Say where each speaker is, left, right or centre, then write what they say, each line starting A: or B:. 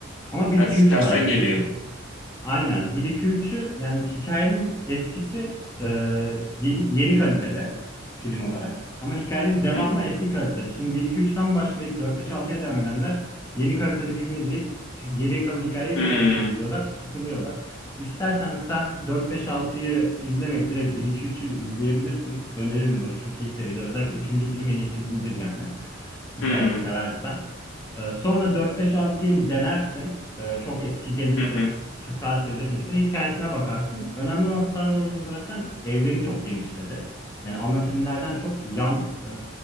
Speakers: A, on the left; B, on the left.
A: Ama 1-2-3
B: Ha, tersten
A: olarak çıkıyor.
B: geliyor.
A: Aynen. bir 2 üçü yani hikayenin eskisi e, yeni, yeni kalitede film olarak. Ama hikayenin devamı
B: Hı
A: eski kalitede. Şimdi bir 2 3'ten başlayıp 4 5 altıya devam edenler yeni kalitede filmi izleyip geriye kalan hikayeyi
B: hı.
A: çok eski izliyorlar, sıkılıyorlar. İstersen sen 4 5 altıyı izlemeyip direkt bir 2 üçü izleyebilirsin. Öneririm bunu. Çok iyi seridir. Özellikle üçüncü film en iyi filmdir yani. Hikayeyi
B: Hı hı.
A: seversen. Ee, sonra dört beş altıyı bir denersin. Ee, çok eski gelirse
B: Hı hı.
A: sıkarsa izletmeyecekse hikayesine bakarsın. Önemli olan Star Wars'un zaten evreni çok genişledi. Yani ana filmlerden çok yan e,